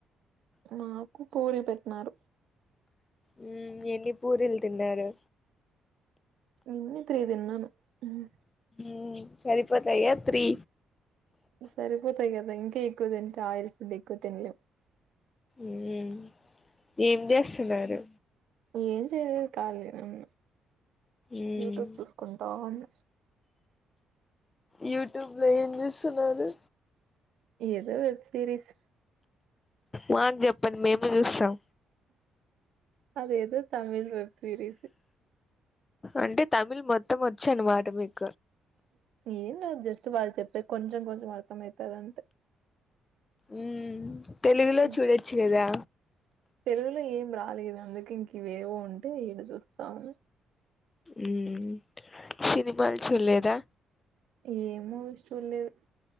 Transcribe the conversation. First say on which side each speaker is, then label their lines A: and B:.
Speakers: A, on the right (about 75°); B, on the left (about 25°).
A: నాకు పూరీ పెట్నారు.
B: ఉమ్ ఎన్ని పూరీలు తిన్నారు.
A: నిన్న త్రీ తిన్నాం ఉమ్.
B: ఊమ్ సరిపోతాయా త్రీ
A: సరిపోతాయి కదా ఇంకా ఎక్కవ తింటే ఆయిల్ ఫుడ్ ఎక్కువ్ తిన్లేమ్.
B: ఉమ్ ఏం చేస్తున్నారు.
A: ఏం చేయ్లేద్ కలిగానే ఉన్న
B: మ్మ్
A: యూట్యూబ్ చూస్కుంటా ఉన్న
B: యూట్యూబ్ లో ఏం చూస్తున్నారు.
A: ఏదో వెబ్ సిరీస్.
B: మాకు చెప్పండి మేము చూస్తాం.
A: అది ఎదో తమిళ్ వెబ్ సీరీస్.
B: అంటే తమిళ్ మొత్తం వచ్చి అన్నమాట మీకు
A: ఏం లేదు జస్ట్ వాళ్ళు చెప్పే కొంచెం కొంచెం అర్థమైతాది అంతే
B: ఉమ్ తెలుగులో
A: ఉమ్
B: చూడొచ్చు కదా
A: తెలుగులో ఏం రాలేదు. అందుకే ఇంక ఇవేవో ఉంటే ఈడ చూస్తాము.
B: ఉమ్ సినిమాలు చూలేదా
A: ఎం మూవీస్ చూలేదు.